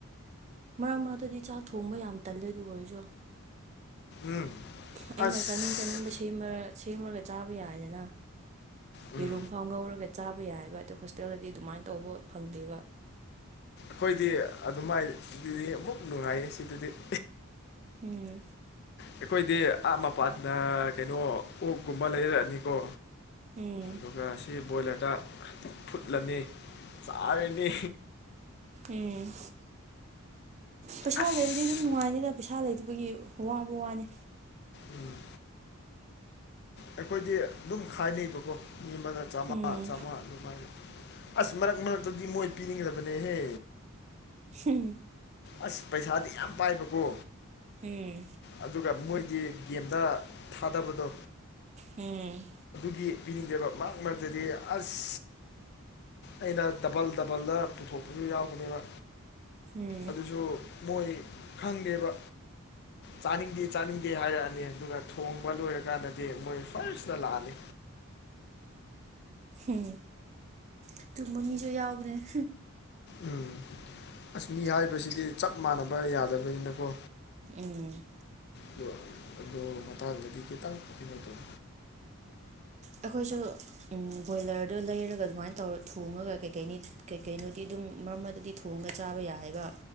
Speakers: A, on the right (about 30°); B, on the left (about 50°).
A: ꯃꯔꯛ ꯃꯔꯛꯇꯗꯤ ꯆꯥꯛ ꯊꯣꯡꯕ ꯌꯥꯝ ꯇꯜꯂꯦ ꯑꯗꯨ ꯑꯣꯏꯔꯖꯨ
B: ꯎꯝ
A: ꯑꯩꯅ
B: ꯑꯁ
A: ꯆꯥꯅꯤꯡ ꯆꯥꯅꯤꯡꯕ ꯁꯦꯝꯔ ꯁꯦꯝꯔꯒ ꯆꯥꯕ ꯌꯥꯏꯗꯅ
B: ꯎꯝ
A: ꯌꯦꯔꯨꯝ ꯐꯥꯎ ꯉꯧꯔꯒ ꯆꯥꯕ ꯌꯥꯏꯌꯦꯕ ꯑꯗꯨ ꯍꯣꯁꯇꯦꯜꯗꯗꯤ ꯑꯗꯨꯃꯥꯏꯅ ꯇꯧꯕ ꯐꯪꯗꯦꯕ
B: ꯈꯣꯏꯗꯤ ꯑꯗꯨꯃꯥꯏ ꯗꯨꯗꯤ ꯑꯃꯨꯛ ꯅꯨꯡꯉꯥꯏꯌꯦ ꯁꯤꯗꯗꯤ <inaudible>
A: ꯎꯝ
B: ꯑꯩꯈꯣꯏꯗꯤ ꯑꯥ ꯃꯄꯥꯟꯅ ꯀꯩꯅꯣ ꯑꯣꯛꯒꯨꯝꯕ ꯂꯩꯔꯛꯑꯅꯤꯒꯣ
A: ꯎꯝ
B: ꯗꯨꯒ ꯁꯤ ꯕꯣꯏꯂꯔꯗ ꯐꯨꯠꯂꯅꯤ ꯆꯥꯔꯤꯅꯤ
A: ꯎꯝ ꯄꯩꯁꯥ
B: ꯑꯁ
A: ꯂꯩꯔꯗꯤ ꯗꯨꯝ ꯅꯨꯡꯉꯥꯏꯅꯤꯅ ꯄꯩꯁꯥ ꯂꯩꯇꯕꯒꯤ ꯋꯥꯕ ꯋꯥꯅꯤ
B: ꯎꯝ ꯑꯩꯈꯣꯏꯗꯤ ꯗꯨꯝ ꯈꯥꯏꯅꯩꯕꯀꯣ ꯃꯤ ꯑꯃꯗ ꯆꯥꯝꯉꯥ
A: ꯎꯝ
B: ꯆꯥꯝꯉꯥ ꯑꯗꯨꯃꯥꯏꯅ ꯑꯁ ꯃꯔꯛ ꯃꯔꯛꯇꯗꯤ ꯃꯣꯏ ꯄꯤꯅꯤꯡꯗꯕꯅꯦꯍꯦ
A: ꯍꯝ
B: ꯑꯁ ꯄꯩꯁꯥꯗꯤ ꯌꯥꯝ ꯄꯥꯏꯕꯒꯣ
A: ꯎꯝ
B: ꯑꯗꯨꯒ ꯃꯣꯏꯗꯤ ꯒꯦꯝꯗ ꯊꯥꯗꯕꯗꯣ
A: ꯎꯝ
B: ꯒꯤ ꯄꯤꯅꯤꯡꯗꯦꯕ ꯃꯔꯛ ꯃꯔꯛꯇꯗꯤ ꯑꯁ ꯑꯩꯅ ꯗꯕꯜ ꯗꯕꯜꯗ ꯄꯨꯊꯣꯛꯄꯖꯨ ꯌꯥꯎꯕꯅꯦꯕ
A: ꯎꯝ
B: ꯑꯗꯨꯁꯨ ꯃꯣꯏ ꯈꯪꯗꯦꯕ ꯆꯥꯅꯤꯡꯗꯦ ꯆꯥꯅꯤꯡꯗꯦ ꯍꯥꯏꯔꯛꯑꯅꯤ ꯑꯗꯨꯒ ꯊꯣꯡꯕ ꯂꯣꯏꯔꯀꯥꯟꯗꯗꯤ ꯃꯣꯏ ꯐꯥꯔꯁ ꯇ ꯂꯥꯛꯑꯅꯤ
A: ꯎꯝ ꯑꯗꯨꯨꯝꯕ ꯃꯤꯁꯨ ꯌꯥꯎꯕꯅꯦ
B: ꯎꯝ ꯑꯁ ꯃꯤ ꯍꯥꯏꯕꯁꯤꯗꯤ ꯆꯞ ꯃꯥꯟꯅꯕ ꯌꯥꯗꯕꯅꯤꯅꯀꯣ
A: ꯎꯪ
B: ꯗꯨ ꯑꯗꯨ ꯃꯇꯥꯡꯗꯗꯤ ꯈꯤꯇꯪ ꯀꯩꯅꯣ ꯇꯧ
A: ꯑꯩꯈꯣꯏꯁꯨ ꯎꯝ ꯕꯣꯏꯂꯔꯗꯣ ꯂꯩꯔꯒ ꯑꯗꯨꯃꯥꯏꯅ ꯇꯧꯔ ꯊꯣꯡꯉꯒ ꯀꯩꯀꯩꯅꯤ ꯀꯩꯀꯩꯅꯣꯗꯤ ꯑꯗꯨꯝ ꯃꯔꯛ ꯃꯔꯛꯇꯗꯤ ꯊꯣꯡꯒ ꯆꯥꯕ ꯌꯥꯏ ꯍꯥꯏꯒ